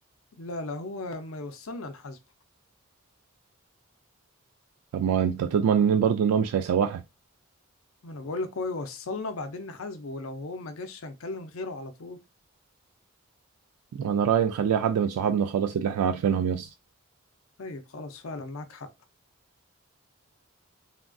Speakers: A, on the left (about 70°); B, on the right (about 80°).
A: لا لا هو ما يوصلنا نحاسبه
B: طب ما انت تضمن ان برضه ان هو مش هيسوحك
A: ما انا بقول لك هو يوصلنا وبعدين نحاسبه ولو هو ما جاش هنكلم غيره على طول
B: انا رأيي نخليها حد من صحابنا خلاص اللي احنا عارفينهم يس
A: طيب خلاص فعلا معاك حق